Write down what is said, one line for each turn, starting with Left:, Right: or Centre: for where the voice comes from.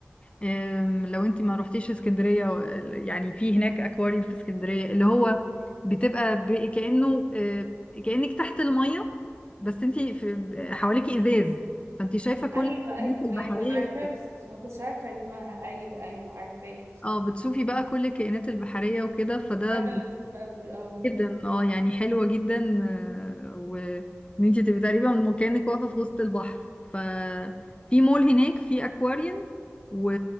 Left: آم، لو انت ما روحتيش اسكندريه و- يعني في هناك اكواريوم في اسكندريه اللي هو بتبقى ب... كانه آه، كانك تحت الميه بس انت في حواليكي ازاز فانت شايفه كل
Right: ايوه
Left: الكائنات
Right: ايوه
Left: البحريه
Right: ايوه انا عارفاها بس مش- ما كنتش عارفه اسمها ايوه ايوه عارفاها
Left: اه بتشوفي بقى كل الكائنات البحريه وكده فده
Right: حاجة لطيفة قوي اه
Left: جدا اه يعني حلوة جدا آه، وان انت تبقي تقريبا من كأنك واقفة في وسط البحر ففي مول هناك في اكواريوم و...